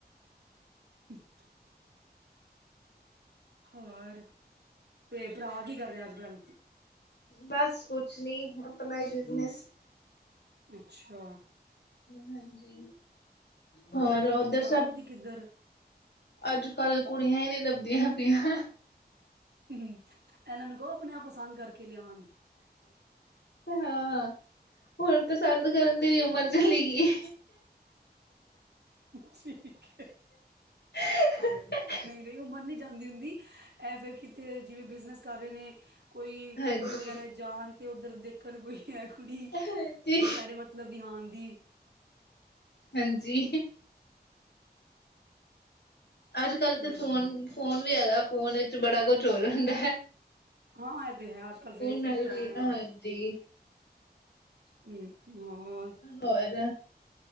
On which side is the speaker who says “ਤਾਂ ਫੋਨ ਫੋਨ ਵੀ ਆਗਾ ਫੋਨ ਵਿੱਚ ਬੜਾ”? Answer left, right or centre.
Left